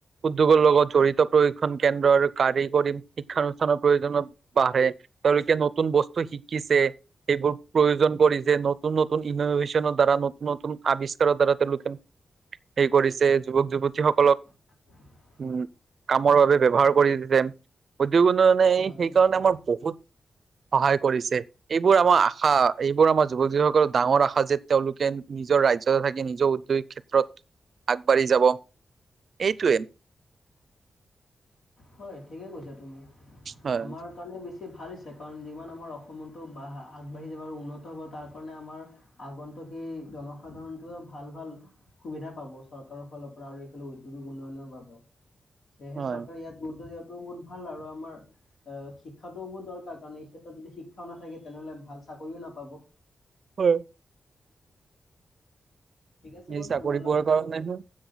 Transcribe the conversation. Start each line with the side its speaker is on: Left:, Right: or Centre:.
Right: উদ্যোগৰ লগত জড়িত প্ৰশিক্ষন কেন্দ্ৰ আৰু কাৰিকৰী শিক্ষানুষ্ঠানৰ প্ৰয়োজনত বাঢ়ে, তেওঁলোকে নতুন বস্তু শিকিছে। এইবোৰ প্ৰয়োজন কৰি যে নতুন নতুন ইনোভেশনৰ দ্বাৰা নতুন নতুন আৱিষ্কাৰৰ দ্বাৰা তেওঁলোকে হেৰি কৰিছে যুৱক-যুৱতী সকলক
Left: <unintelligible>
Right: উম কামৰ বাবে ব্যৱহাৰ কৰি দিছে। উদ্যোগ উন্নয়নে
Left: হয়
Right: এই সেইকাৰণে
Left: নিশ্চয়
Right: আমাৰ বহুত সহায় কৰিছে। এইবোৰ আমাৰ আশা এইবোৰ আমাৰ যুৱক-যুৱতী সকলৰ ডাঙৰ আশা যে তেওঁলোকে নিজৰ ৰাজ্যতে থাকি নিজৰ উদ্যোগিক ক্ষেত্ৰত আগবাঢ়ি যাব, এইটোৱে।
Left: হয় ঠিকেই কৈছা তুমি,
Right: হয়
Left: আমাৰ কাৰণে বেছি ভাল হৈছে কাৰণ যিমান আমাৰ অসমতো আগবাঢ়ি যাব আৰু উন্নত হ'ব তাৰ কাৰণে আমাৰ আগন্তুক সেই জনসাধাৰণটোৱেও ভাল-ভাল সুবিধা পাব চৰকাৰৰ ফালৰ পৰা আৰু এইফালে উদ্যোগিক উন্নয়নৰ বাবেও, সেয়েহে
Right: হয়।
Left: চৰকাৰে ইয়াত গুৰুত্ব দিয়াটোও বহুত ভাল আৰু আমাৰ এ শিক্ষাটোও বহুত দৰকাৰ কাৰণ এই ক্ষেত্ৰত যদি শিক্ষাও নাথাকে তেনেহ'লে ভাল চাকৰিও নাপাব।
Right: হয়।
Left: ঠিক আছে বাৰু
Right: এই চাকৰি
Left: তোমাৰ লগততো
Right: পোৱাৰ কাৰণেহে